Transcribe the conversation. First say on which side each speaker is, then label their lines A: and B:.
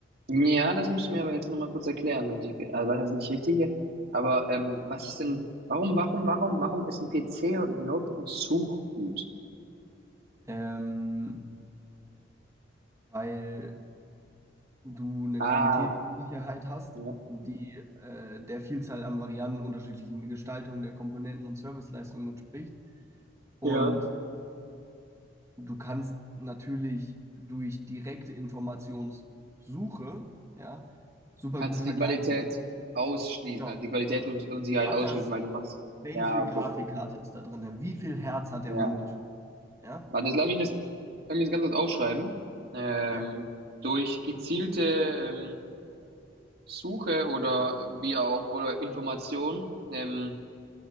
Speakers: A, on the right; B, on the right.
A: Ja, das musst du mir aber jetzt nochmal kurz erklären. Die, also, was heißt nicht richtig? Aber ähm, was ist denn, warum, warum, warum, warum ist ein PC und ein Notebook ein Suchgut?
B: ähm, weil du eine
A: Ah,
B: Qualitätssicherheit hast,
A: ja.
B: die äh, der Vielzahl an Varianten, unterschiedlichen Gestaltungen der Komponenten und Serviceleistungen entspricht. Und
A: Ja.
B: du kannst natürlich durch direkte Informationssuche, ja, super
A: Kannst
B: gut
A: du
B: vergleichen.
A: die Qualität ausschließen,
B: Genau.
A: also die Qualitätsunsicherheit
B: Hat
A: ausschließen,
B: das,
A: weil du machst.
B: welche
A: Ja, okay.
B: Grafikkarte ist da drin? Wie viel Hertz hat
A: Ja.
B: der Monitor? Ja,
A: Warte, jetzt lass mich das, lass mich das ganz kurz aufschreiben. Ähm,
B: ja.
A: durch gezielte ähm, Suche oder wie auch, oder Information, ähm,